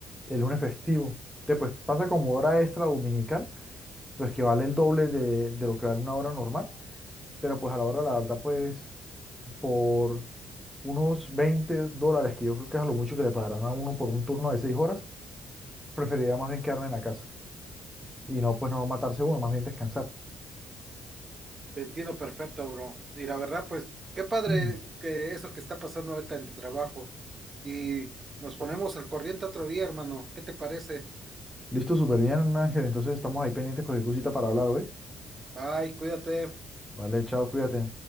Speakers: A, in the centre; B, on the right.
A: el lunes festivo. Entonces pues pasa como hora extra dominical, pues que vale el doble de, de lo que vale una hora normal, pero pues a la hora, la verdad, pues por unos 20 dólares, que yo creo que es a lo mucho que le pagarán a uno por un turno de 6 horas, preferiría más bien quedarme en la casa y no pues no matarse uno, más bien descansar.
B: te entiendo perfecto, bro. Y la verdad, pues, qué padre
A: <clears throat>
B: que eso que está pasando ahorita en tu trabajo. y nos ponemos al corriente otro día, hermano. ¿Qué te parece?
A: Listo, súper bien, Ángel. Entonces estamos ahí pendientes con cualquier cosita para hablar, ¿ves?
B: Bye, cuídate.
A: Vale, chao, cuídate.